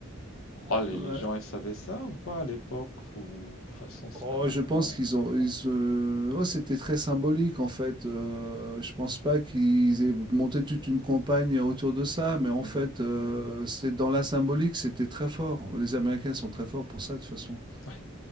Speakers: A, on the left; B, on the right.
A: Oh, les,
B: Ouais.
A: les gens, ils savaient ça ou pas à l'époque? Ou, de toute façon, c'est
B: Oh,
A: la NASA.
B: je pense
A: euh.
B: qu'ils ont, ils, euh, oh, c'était très symbolique en fait. Euh, je pense pas qu'ils aient monté toute une campagne autour de ça, mais en
A: Mhm,
B: fait,
A: mhm.
B: euh, c'est dans la symbolique, c'était très fort. Les Américains sont très forts pour ça de toute façon.
A: Ouais,